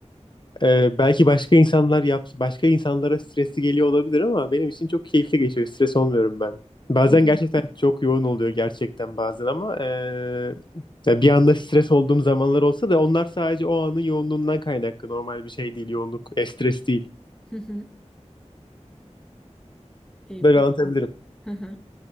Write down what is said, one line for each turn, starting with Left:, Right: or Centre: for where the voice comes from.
Left: Ee, belki başka insanlar yap, başka insanlara stresli geliyor olabilir ama benim için çok keyifli geçiyor. Stres olmuyorum ben. Bazen
Centre: Hı
Left: gerçekten
Centre: hı.
Left: çok yoğun oluyor gerçekten bazen ama ee, ya bir anda stres olduğum zamanlar olsa da onlar sadece o anın yoğunluğundan kaynaklı. Normal bir şey değil yoğunluk, e, stres değil.
Centre: Hı hı. Eee,
Left: Böyle
Centre: peki.
Left: anlatabilirim.
Centre: Hı hı.